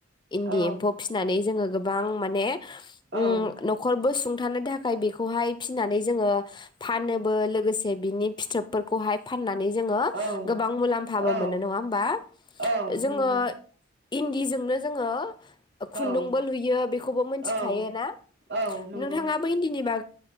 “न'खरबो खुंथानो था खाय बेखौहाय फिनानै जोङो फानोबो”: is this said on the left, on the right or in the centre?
Left